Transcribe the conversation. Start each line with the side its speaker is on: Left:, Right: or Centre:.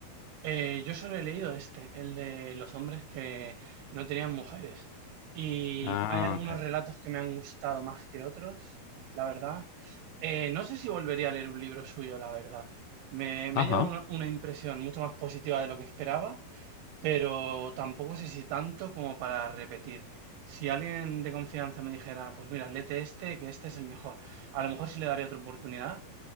Right: Eh, yo solo he leído este, el de los hombres que no tenían mujeres. Y
Left: Ah,
Right: hay algunos
Left: ok.
Right: relatos que me han gustado más que otros, la verdad. Eh, no sé si volvería a leer un libro suyo, la verdad. Me, me
Left: Ajá.
Right: lleva una, una impresión mucho más positiva de lo que esperaba, pero tampoco sé si tanto como para repetir. Si alguien de confianza me dijera, pues mira, léete este, que este es el mejor, a lo mejor sí le daría otra oportunidad,